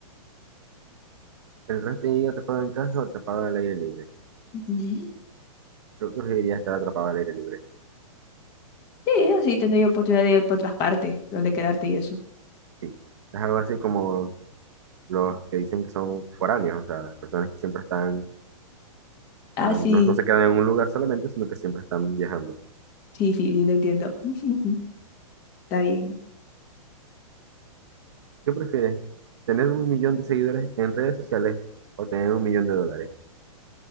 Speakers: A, on the right; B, on the left.
A: ¿El resto de mi vida atrapado en casa o atrapado al aire libre?
B: Ujú.
A: Yo preferiría estar atrapado al aire libre.
B: Sí, así tendría oportunidad de ir por otras partes, donde quedarte y eso.
A: Sí, es algo así como los que dicen que son foráneos, o sea, personas que siempre están,
B: Ah,
A: ah,
B: sí,
A: no, no se quedan en un lugar solamente, sino que siempre están viajando.
B: sí, sí, sí, lo entiendo. <laughs> Está bien.
A: ¿Qué prefieres? ¿Tener un millón de seguidores en redes sociales o tener un millón de dólares?